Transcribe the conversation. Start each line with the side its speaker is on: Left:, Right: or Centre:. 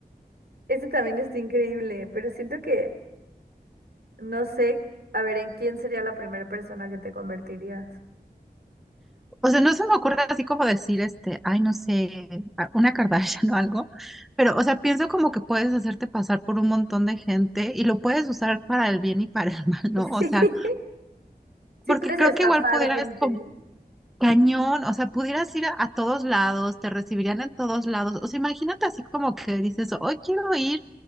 Right: Ese también está increíble, pero siento que No sé, a ver, ¿en quién sería la primera persona que te convertirías?
Centre: O sea, no se me ocurre así como decir, este, ay, no sé, a- una Kardashian <laughs> o algo, pero, o sea, pienso como que puedes hacerte pasar por un montón de gente y lo puedes usar para el bien y para el <laughs> mal, ¿no?
Right: <laughs>
Centre: O sea,
Right: Sí, sí
Centre: porque
Right: puedes
Centre: creo
Right: estafar
Centre: que igual pudieras
Right: gente.
Centre: como cañón, o sea, pudieras ir a, a todos lados, te recibirían en todos lados. O sea, imagínate así como que dices, hoy quiero ir